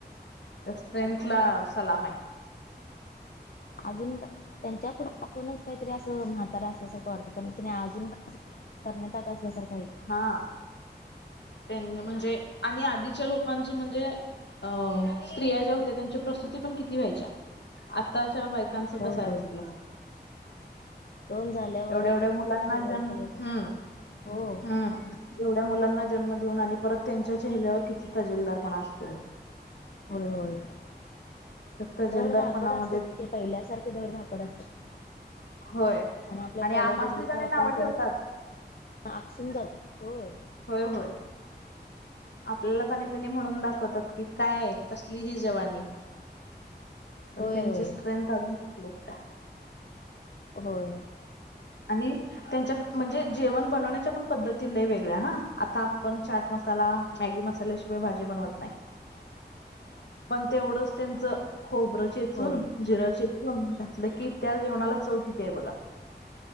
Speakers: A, on the left; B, on the left.
A: त्या स्ट्रेंथला सलामय.
B: अजून त त्यांच्या पुढे आपुणच काहीतरी असं म्हातारा असल्यासारखं वाटतं पण तेनी अजून पण तरण्या ताट्या असल्यासारखय.
A: हा त्यानी म्हणजे आणि आधीच्या लोकांचं म्हणजे अं स्त्रिया ज्या होत्या त्यांच्या प्रसुती पण किती व्हायच्या. आत्ताच्या बायकांच
B: होय
A: कसय
B: होय
A: बघितलसा.
B: दोन झाल्यावरच
A: एवढ्या एवढ्या मुलांना
B: जीव वर
A: जन
B: खाली होत असतो
A: हम्म
B: हो
A: हम्म एवढ्या मुलांना जन्म देऊन आणि परत त्यांच्या चेहऱ्यावर किती तजेलदारपणा असतोय.
B: होय होय.
A: त्या तजेलदारपणामध्ये
B: धडधाकट असत्यात पहिल्यासारख धडधाकट असतत्यात.
A: होय
B: आणि आपल्या पहिल्या
A: आमासनीच
B: डिलवरितन
A: आणि
B: आपण
A: नाव
B: पुन्हा
A: ठेवतात
B: आकसून जाऊ होय.
A: होय होय. आपल्याला आणि त्यांनी म्हणून दाखवतात की काय कसली ही जवानी पण
B: होय
A: त्यांची
B: होय
A: स्ट्रेंथ अजून कसली असत्या.
B: होय.
A: आणि त्यांच्या म्हणजे जेवण बनवण्याच्या पण पद्धती लय वेगळ्या हा आता आपण चाट मसाला मॅगी मसाल्याशिवाय भाजी बनवत नाही पण तेवढंच त्यांचं खोबरं चेचून
B: होय
A: जिरं चेचून घातलं की त्या जेवणाला चव किती आहे बघा.